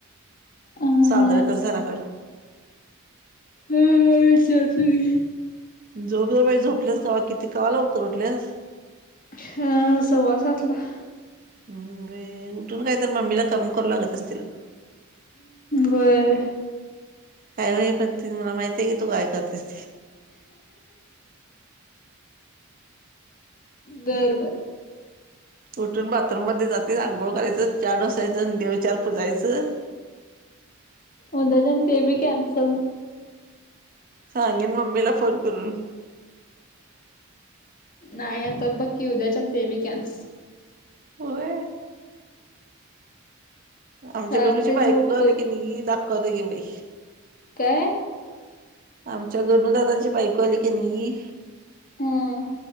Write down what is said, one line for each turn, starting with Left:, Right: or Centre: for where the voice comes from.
Left: हा
Right: सादळकर सरा कड
Left: हम्म विचारतो घे.
Right: झोप जा बाई झोपल्यास कवा किती कवा लवकर उठल्यास
Left: ह सव्वा सातला.
Right: तू पण काय तर मम्मीला काम करू लागत असशील.
Left: व्हय.
Right: काय बाई <unintelligible> मला माहितीय की तू काय करतीस?
Left: बरबर.
Right: उठून बाथरूम मध्ये जातील अंघोळ करायचं च्या ढोसायचं देवचार पुजायचं.
Left: उद्याच्यान ते बी कॅन्सल
Right: सांगीन मम्मीला फोन करून.
Left: नाही आता बकी उद्याच्या ते बी कॅन्स
Right: होय. आमच्या
Left: चालतय
Right: गणू ची बायको
Left: झोप तू
Right: आली कणी दाखवत गे बाई
Left: काय?
Right: आमच्या गणू दादाची बायको आली कणी
Left: हम्म.